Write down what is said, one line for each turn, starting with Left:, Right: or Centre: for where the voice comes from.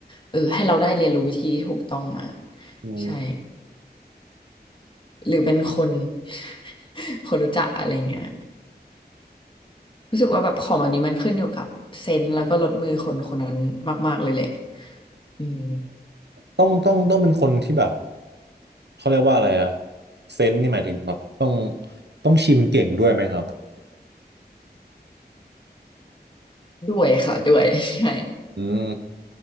Left: เออให้เราได้เรียนรู้วิธีที่ถูกต้องมา
Right: อืม
Left: ใช่หรือเป็นคน <laughs> คนรู้จักอะไรเงี้ย รู้สึกว่าแบบของแบบนี้มันขึ้นอยู่กับเซนส์แล้วก็ลดมือคนคนนั้นมากๆเลยแหละอืม
Right: ต้องต้องต้องเป็นคนที่แบบเขาเรียกว่าอะไรอะเซนส์นี่หมายถึงแบบต้องต้องชิมเก่งด้วยไหมครับ
Left: ด้วยค่ะด้วย <laughs> ใช่
Right: อืม